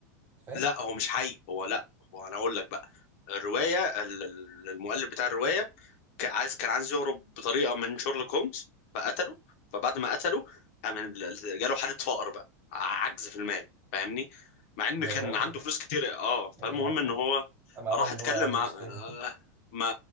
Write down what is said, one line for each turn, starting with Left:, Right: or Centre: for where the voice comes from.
Right: فاهم
Left: لا هو مش حي هو لا هو أنا أقول لك بقى الرواية ال- ال- المؤلف بتاع الرواية كان عايز كان عايز يهرب بطريقه من شيرلوك هولمز فقتله فبعد ما قتله قام ال- ال- جاله حاله فقر بقى عجز في المال فاهمني مع ان
Right: يا
Left: كان
Right: راجل
Left: عنده فلوس كتير اه فالمهم
Right: يا
Left: ان هو
Right: اما عمل
Left: راح
Right: ان
Left: اتكلم
Right: هو يعيش
Left: مع آه،
Right: تاني
Left: ما